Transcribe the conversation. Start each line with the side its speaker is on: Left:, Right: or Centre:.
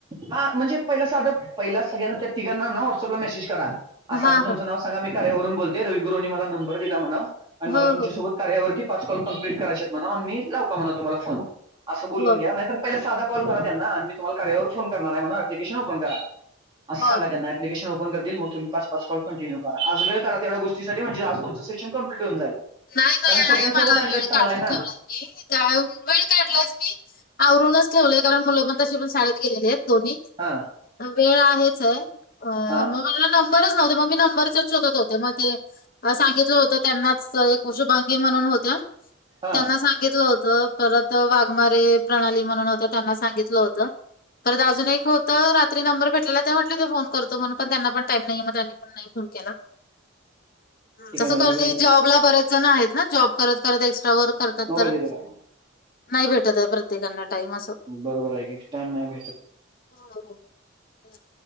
Right: हा म्हणजे पहिला साधव पहिला सगळ्यांना त्या तिघांना नाव ना व्हॉट्सअपला मेसेज करा
Left: हां,
Right: असं, असं तुमचं
Left: हां.
Right: नाव सांगा मी कार्यावरून बोलते रविगुरंनी मला नंबर दिला म्हणाव आणि
Left: हो,
Right: मला तुमच्यासोबत
Left: हो,
Right: कार्या वरती पाच कॉल कमप्लीट करायचेत म्हणाव आणि मी लाव का म्हणा तुम्हाला फोन?, असं बोलून
Left: हो.
Right: घ्या नाही तर पहिला साधा कॉल करा त्यांना आणि मी तुम्हाला कार्यावर फोन करणार आहे म्हणा ऍप्लिकेशन ओपन करा असं
Left: बरं,
Right: सांगा त्यांना
Left: बरं.
Right: ऍप्लिकेशन ओपन करतील मग तम्ही पाच पाच कॉल कंटिन्यु करा आज वेळ काढा तेवढ्या गोष्टी साठी म्हणजेज तुमचं सेशन कम्लिट होऊन जाईल
Left: नाही नाही
Right: कारण सगळ्यांसोबत
Left: आहे मला वेळ
Right: आणलेलं चांगलं
Left: काढून
Right: आहे ना
Left: ठेवलाय काय वेळ काढलायच मी आवरूनच ठेवलं कारण मुलं पण तशी पण शाळेत गेलेली आहेत दोन्ही
Right: हा
Left: वेळ आहेचे मग
Right: हा
Left: मला नंबरच नव्हते मग मी नंबरचेच शोधत होते मग ते सांगितलं होत त्यांनाच एक शुभांगी म्हणून होत्या
Right: हा
Left: त्यांना सांगितलं होत परत वाघमारे प्रणाली म्हणून होत्या त्यांना सांगितलं होतं परत अजून एक होतं रात्री नंबर भेटलेला ते म्हटले ते फोन करतो म्हणून पण त्यांना पण टाईम नाही म्हणाले मग त्यांनी नाही फोन केला
Right: ठीक
Left: तसं
Right: आहे मॅडम
Left: कॉल
Right: एक मिनिट
Left: मी जॉबला बरेच जण आहेत ना जॉब करत करत एक्स्ट्रा वर्क करतात
Right: मोबाईल
Left: तर
Right: देते का
Left: नाही भेटत आहे प्रत्येकांना टाईम असं
Right: बरोबर आहे की टाइम नाही भेटत
Left: हो हो हम्म